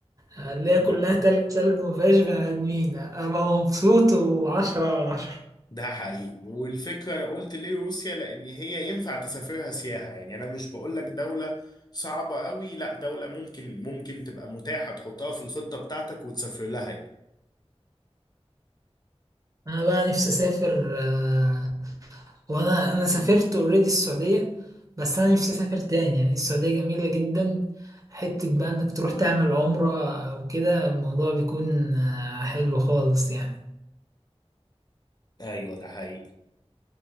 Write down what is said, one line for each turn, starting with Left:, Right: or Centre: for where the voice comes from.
Right: اللي هي
Left: لا
Right: كلها تلج تلج وما فيهاش بني ادمين ابقى مبسوط وعشرة على عشرة
Left: ده حقيقي والفكرة انا قلت ليه روسيا لان هي ينفع تسافرها سياحة يعني انا مش بقول لك دولة صعبة قوي لا دولة ممكن ممكن تبقى متاحة تحطها في الخطة بتاعتك وتسافر لها يعني.
Right: انا بقى نفسي اسافر آه، وانا انا سافرت اوريدي السعوديه بس انا نفسي اسافر تاني يعني السعوديه جميله جدا حته بقى انك تروح تعمل عمره او كده الموضوع بيكون آه، حلو خالص يعني
Left: ايوه ده حقيقي